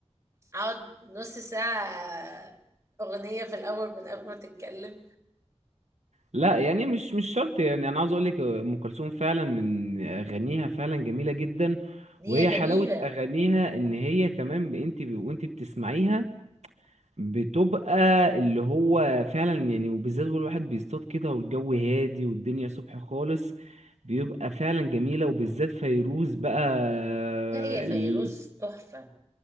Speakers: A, on the right; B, on the right.
A: اقعد نص ساعه اغنيه في الاول من قبل ما تتكلم
B: لا يعني مش مش شرط يعني انا عاوز اقول لك آه، ام كلثوم فعلا من اغانيها فعلا جميله جدا
A: هي
B: وهي
A: جميله
B: حلاوه اغانيها ان هي كمان ب- انت ب- وانت بتسمعيها بتبقى اللي هو فعلا يعني وبالذات والواحد بيصطاد كده والجو هادي والدنيا صبح خالص بيبقى فعلا جميله وبالذات فيروز بقى آه،
A: لا هي فيروز
B: ال...
A: تحفه